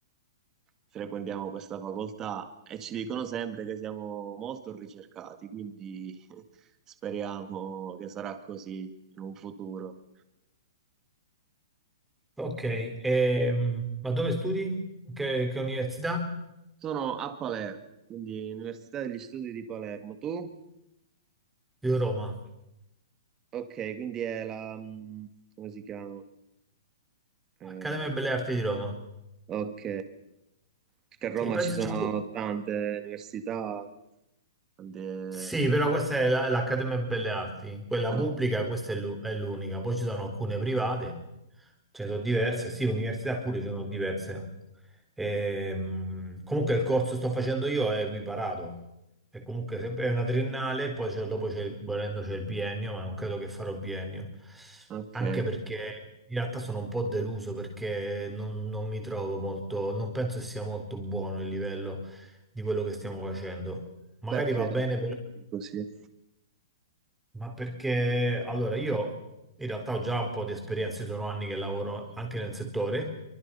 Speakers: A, on the right; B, in the centre.
A: frequentiamo questa facoltà e ci dicono sempre che siamo molto ricercati, quindi <laughs> speriamo che sarà così in un futuro.
B: Ok. Ehm, ma dove studi? Che, che università?
A: Sono a Palermo, quindi Università degli Studi di Palermo. Tu?
B: Io Roma.
A: Ok, quindi è la... mm, come si chiama? Eh,
B: Accademia Belle Arti di Roma.
A: ok, perché a Roma
B: Sì, penso
A: ci sono
B: c'è
A: tante università. tante-
B: Sì, però questa è la- l'Accademia Belle Arti, quella
A: no,
B: pubblica, questa è l'u- è l'unica. Poi ci sono alcune private, ce ne sono diverse, sì, università pure ce ne sono diverse. Ehm, comunque il corso che sto facendo io è equiparato, è comunque se- è una triennale, poi c'è- dopo c'è, il- volendo c'è il biennio, ma non credo che farò biennio,
A: Ok,
B: anche perché in realtà sono un po' deluso perché non, non mi trovo molto, non penso che sia molto buono il livello di quello che stiamo facendo. Magari
A: perché
B: va bene
A: così?
B: ma perché allora io in realtà ho già un po' di esperienza, io sono anni che lavoro anche nel settore